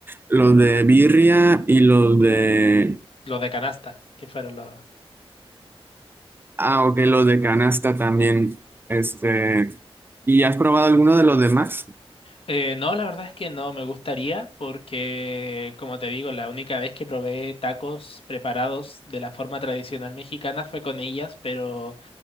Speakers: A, on the right; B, on the left.
A: los de birria y los de
B: los de canasta, que fueron los...
A: ah, ok, los de canasta también. Este, ¿y has probado alguno de los demás?
B: Eh, no, la verdad es que no me gustaría porque, como te digo, la única vez que probé tacos preparados de la forma tradicional mexicana fue con ellas, pero